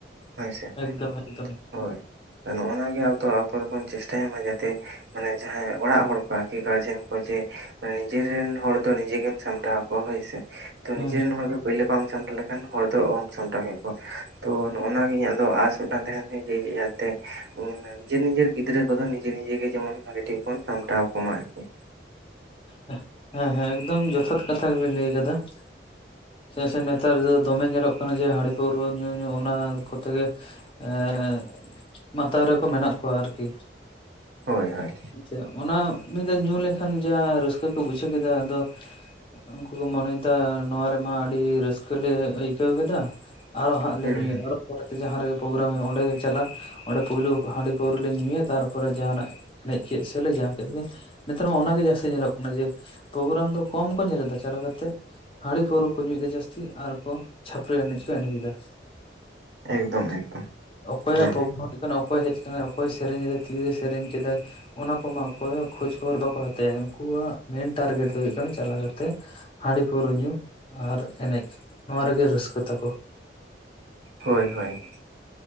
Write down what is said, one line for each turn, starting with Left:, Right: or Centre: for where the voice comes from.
Right: ᱦᱳᱭ ᱥᱮ
Left: ᱮᱠᱫᱚᱢ ᱮᱠᱫᱚᱢ
Right: ᱦᱳᱭ ᱾ ᱱᱚᱜᱼᱚᱱᱟ ᱜᱮ ᱛᱚ, ᱟᱵᱚ ᱫᱚᱵᱚᱱ ᱪᱮᱥᱴᱟᱭᱟ ᱢᱟ ᱡᱟᱛᱮ ᱢᱟᱱᱮ ᱡᱟᱦᱟᱸᱭ ᱚᱲᱟᱜ ᱦᱚᱲ ᱠᱚ ᱟᱨᱠᱤ ᱜᱟᱨᱡᱮᱱ ᱠᱚ ᱡᱮ ᱢᱟᱱᱮ ᱱᱤᱡᱮ ᱨᱮᱱ ᱦᱚᱲ ᱫᱚ ᱱᱤᱡᱮ ᱜᱮᱢ ᱥᱟᱢᱴᱟᱣ ᱠᱚ ᱦᱳᱭ ᱥᱮ ᱛᱚ,
Left: ᱦᱩᱸ
Right: ᱱᱤᱡᱮ ᱨᱮᱱ ᱦᱚᱲ ᱜᱮ ᱯᱳᱭᱞᱳ ᱵᱟᱢ ᱥᱟᱢ ᱴᱟᱣ ᱞᱮᱠᱷᱟᱱ ᱦᱚᱲ ᱫᱚ ᱚᱦᱚᱢ ᱥᱟᱢᱴᱟᱣ ᱠᱮ ᱠᱚᱣᱟ ᱛᱚ ᱱᱚᱜ ᱚᱱᱟ ᱜᱮ ᱤᱧᱟᱹᱜ ᱫᱚ ᱟᱥ ᱢᱤᱫᱴᱟᱝ ᱛᱟᱦᱮᱱ ᱛᱤᱧᱟᱹ ᱡᱮ ᱛᱮ ᱧᱤᱫᱟᱹ ᱱᱤᱡᱮᱨ, ᱱᱤᱡᱮᱨ ᱜᱤᱫᱽᱨᱟᱹ ᱠᱚᱫᱚ ᱱᱤᱡᱮ ᱱᱤᱡᱮ ᱜᱮ ᱡᱮᱢᱚᱱ ᱵᱷᱟᱜᱮ ᱴᱷᱤᱠ ᱵᱚᱱ ᱥᱟᱢᱴᱟᱣ ᱡᱚᱢᱟ ᱟᱨᱠᱤ ᱾
Left: ᱦᱮᱸ, ᱦᱮᱸ ᱮᱠᱫᱚᱢ ᱡᱚᱛᱷᱟᱛ ᱠᱟᱛᱷᱟ ᱜᱮᱵᱤᱱ ᱞᱟᱹᱭ ᱠᱟᱫᱟ ᱾ ᱪᱮᱫᱟᱜ ᱥᱮ ᱱᱮᱛᱟᱨ ᱫᱚᱢᱮ ᱧᱮᱞᱚᱜ ᱠᱟᱱᱟ ᱡᱮ ᱦᱟᱺᱰᱤ ᱯᱟᱹᱣᱨᱟᱹ ᱧᱩ ᱧᱩ ᱚᱱᱟ ᱠᱚᱛᱮ ᱜᱮ ᱾ ᱮᱸᱻ ᱢᱟᱛᱟᱣ ᱨᱮᱠᱚ ᱢᱮᱱᱟᱜ ᱠᱚᱣᱟ ᱟᱨᱠᱤ ᱾
Right: ᱦᱳᱭ ᱦᱳᱭ
Left: ᱡᱮ ᱚᱱᱟ ᱢᱤᱫ ᱫᱷᱟᱣ ᱧᱩ ᱞᱮᱠᱷᱟᱱ ᱡᱟ ᱨᱟᱹᱥᱠᱟᱹ ᱠᱚ ᱵᱩᱡᱷᱟᱹᱣ ᱠᱮᱫᱟ ᱟᱫᱚ ᱩᱱᱠᱩ ᱠᱩ ᱢᱚᱱᱮᱭᱮᱫᱟ ᱱᱚᱶᱟ ᱨᱮᱢᱟ ᱟᱹᱰᱤ ᱨᱟᱹᱥᱠᱟᱹ ᱞᱮ ᱟᱹᱭᱠᱟᱹᱣ ᱠᱮᱫᱟ ᱟᱨᱚ ᱦᱟᱸᱜ
Right: ᱦᱩᱸ
Left: ᱞᱮ ᱧᱩᱭᱟ
Right: ᱦᱩᱸ
Left: ᱟᱨᱚ ᱾ ᱯᱚᱨᱮᱛᱮ ᱡᱟᱦᱟᱸ ᱨᱮᱜᱮ ᱯᱨᱳᱜᱨᱟᱢ ᱦᱳᱭᱳᱜᱼᱟ, ᱚᱸᱰᱮ ᱜᱮ ᱪᱟᱞᱟᱜ ᱚᱸᱰᱮ ᱯᱩᱭᱞᱩ ᱦᱟᱺᱰᱤ ᱯᱟᱹᱣᱨᱟᱹ ᱞᱮ ᱧᱩᱭᱟ ᱛᱟᱨᱯᱚᱨᱮ ᱡᱟᱦᱟᱱᱟᱜ ᱮᱱᱮᱡ ᱠᱮᱜ ᱥᱮᱞᱮ ᱡᱟᱦᱟᱸ ᱠᱮᱫ ᱜᱮ ᱱᱮᱛᱟᱨ ᱢᱟ ᱚᱱᱟᱜᱮ ᱡᱟᱹᱥᱛᱤ ᱧᱮᱞᱚᱜ ᱚᱱᱮ ᱡᱮ ᱯᱨᱳᱜᱨᱟᱢ ᱫᱚ ᱠᱚᱢ ᱠᱚ ᱧᱮᱞᱮᱫᱟ ᱪᱟᱞᱟ ᱠᱟᱛᱮ ᱾ ᱦᱟᱺᱲᱤ ᱯᱟᱹᱣᱨᱟᱹ ᱠᱚ ᱧᱩᱭ ᱮᱫᱟ ᱡᱟᱹᱥᱛᱤ ᱟᱨ ᱠᱚ ᱪᱷᱟᱹᱯᱨᱤ ᱮᱱᱮᱡ ᱠᱚ ᱮᱱᱮᱡ ᱮᱫᱟ ᱾
Right: ᱮᱠᱫᱚᱢ ᱮᱠᱫᱚᱢ
Left: <inaudible> ᱦᱩᱭᱩᱜ
Right: ᱦᱩᱸ
Left: ᱠᱟᱱᱟ, ᱚᱠᱚᱭ ᱦᱮᱡ ᱠᱟᱱᱟᱭ ᱚᱠᱚᱭ ᱥᱮᱨᱮᱧ ᱮᱫᱟᱭ ᱛᱤᱨᱮ ᱥᱮᱨᱮᱧ ᱠᱮᱫᱟᱭ ᱚᱱᱟ ᱠᱚᱢᱟ ᱚᱠᱚᱭ ᱦᱚᱸ ᱠᱷᱳᱡᱽ ᱠᱷᱚᱵᱚᱨ ᱵᱟᱠᱚ ᱦᱟᱛᱟᱣᱟ, ᱩᱱᱠᱩ ᱦᱚᱲᱟᱜ ᱢᱮᱱ ᱴᱟᱨᱜᱮᱴ ᱫᱚ ᱦᱩᱭᱩᱜ ᱠᱟᱱᱟ ᱪᱟᱞᱟ ᱠᱟᱛᱮ ᱦᱟᱺᱰᱤ ᱯᱟᱹᱣᱨᱟᱹ ᱧᱩ ᱟᱨ ᱮᱱᱮᱡ, ᱱᱚᱣᱟ ᱨᱮᱜᱮ ᱨᱟᱹᱥᱠᱟᱹ ᱛᱟᱠᱚ ᱾
Right: ᱦᱳᱭ, ᱦᱳᱭ ᱾